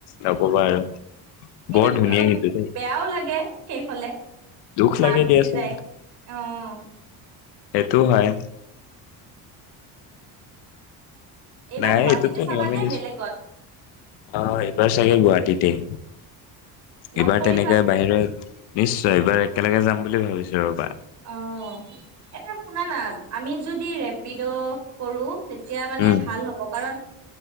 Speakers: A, on the left; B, on the right.
A: নক'বা আৰু।
B: কিন্তু
A: বৰ ধুনীয়া
B: অলপ
A: কিন্তু দেই
B: বেয়াও লাগে শেষ হলে।
A: দুখ
B: মা
A: লাগে
B: গুচি
A: দিয়াছোন
B: যায়। উম।
A: সেইটো হয়।
B: এইবাৰ
A: নাই
B: গুৱাহাটীতে
A: এইটোতো
B: চাবানে
A: নিয়মেই দিয়াচোন।
B: বেলেগত
A: অঁ এইবাৰ চাগে গুৱাহাটীত তেই
B: লগ
A: এইবাৰ
B: কৰিবা
A: তেনেকে বাহিৰত নিশ্চয় এইবাৰ একেলগে যাম বুলি ভাবিছো ৰ'বা।।
B: অ' এটা শুনানা আমি যদি ৰেপিড কৰো। এতিয়া মানে
A: উম
B: ভাল হ'ব কাৰণ